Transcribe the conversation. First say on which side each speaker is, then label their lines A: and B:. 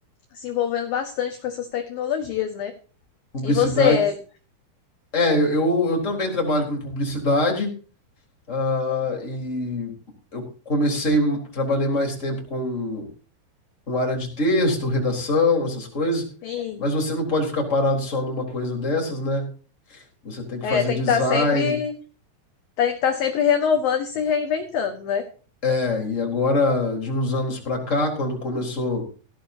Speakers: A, on the left; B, on the left.
A: se envolvendo bastante com essas tecnologias, né?
B: Publicidade.
A: E você?
B: É, eu, eu também trabalho com publicidade, ah, e eu comecei, trabalhei mais tempo com com área de texto, redação, essas coisas,
A: Sim,
B: mas você não pode ficar parado só numa coisa dessas, né? Você tem que
A: é,
B: fazer
A: tem
B: design.
A: que estar sempre, tem que estar sempre renovando e se reinventando, né?
B: É, e agora, de uns anos para cá, quando começou